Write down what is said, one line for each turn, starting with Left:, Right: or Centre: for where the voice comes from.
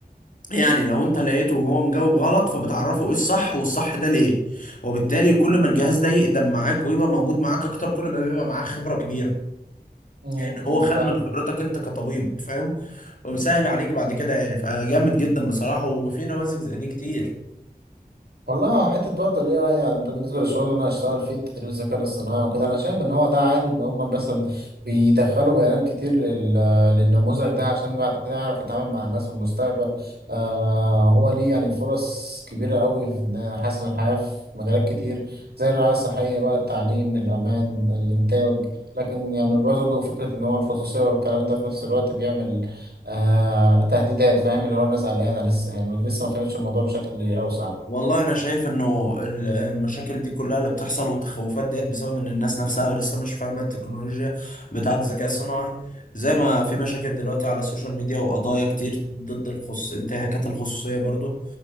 Left: يعني لو انت لقيته وهو مجاوب غلط فبتعرفه ايه الصح والصح ده ليه وبالتالي كل ما الجهاز ده يقدم معاك ويبقى موجود معاك اكتر كل ما بيبقى معاه خبرة كبيرة
Right: امم
Left: يعني هو خد
Right: فاهمك
Left: من خبرتك انت كطبيب فاهم وبيسهل عليك بعد كده يعني فجامد جدا بصراحة وفي نماذج زي دي كتير
Right: والله حتة برضه ال AI يعني بالنسبة للشغل اللي أنا هشتغل فيه تدريب الذكاء الاصطناعي وكده أنا شايف إن هو ده عادي إن هما مثلا بيدخلوا بيانات كتير لل... للنموذج ده عشان بعد كده يعرف يتعامل مع الناس في المستقبل آه هو ليه يعني فرص كبيرة أوي في إن يحسن الحياة في مجالات كتير زي الرعاية الصحية بقى التعليم الأمان الإنتاج لكن يعني برضه فكرة إن هو الخصوصية والكلام ده في نفس الوقت بيعمل آه تهديدات فاهم اللي هو الناس قلقانة لسه يعني لسه ما فهمتش الموضوع بشكل أوسع.
Left: والله انا شايف انه ال- المشاكل دي كلها اللي بتحصل والتخوفات ديت بسبب ان الناس نفسها لسه مش فاهمة التكنولوجيا بتاعة الذكاء الصناعي زي ما في مشاكل دلوقتي على السوشيال ميديا وقضايا كتير ضد الخص... انتهاكات الخصوصية برضو